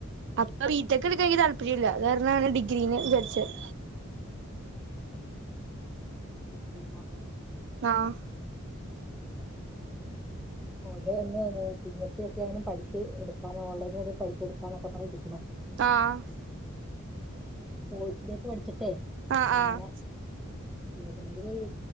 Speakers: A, on the right; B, in the centre.
A: അപ്പൊ ബി ടെക്ക് എടുക്കാൻ എനിക്ക് താല്പര്യം ഇല്ല അത് കാരണാണ് ഡിഗ്രീന് വിചാരിച്ചത്.
B: ഡിഗ്രി ആ ആ
A: ആഹ്
B: അപ്പോ അവളും അങ്ങനെ ഓലൊന്ന് പി എസ് സി ഒക്കെ അങ്ങനെ പഠിച്ച് എടുക്കാന്ന് ഓൺലൈൽ പഠിച്ച് എടുക്കാന്നൊക്കെ പറഞ്ഞ് ഇരിക്കുന്നു.
A: ആഹ്
B: കോഴസിലേക്ക് പഠിച്ചിട്ട്
A: ആഹ് ആഹ്
B: അങ്ങനെ എതെങ്കിലും